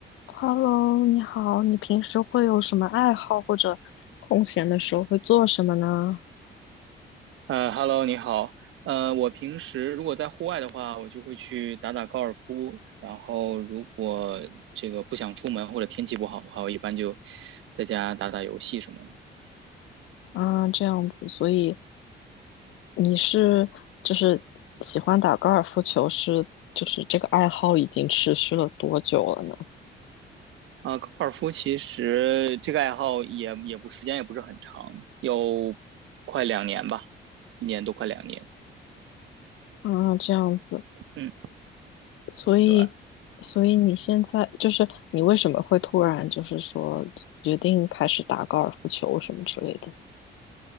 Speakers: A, on the left (about 85°); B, on the right (about 80°).
A: Hello，你好，你平时会有什么爱好，或者空闲的时候会做什么呢？
B: 呃，Hello，你好。呃，我平时如果在户外的话，我就会去打打高尔夫。然后，如果这个不想出门或者天气不好的话，我一般就在家打打游戏什么的。
A: 啊，这样子，所以你是就是喜欢打高尔夫球是，就是这个爱好已经持续了多久了呢？
B: 啊，高尔夫其实这个爱好也也不时间也不是很长，有快两年吧，一年多快两年。
A: 啊，这样子，
B: 嗯，
A: 所以所以你现在就是你为什么会突然就是说决定开始打高尔夫球什么之类的？
B: 对。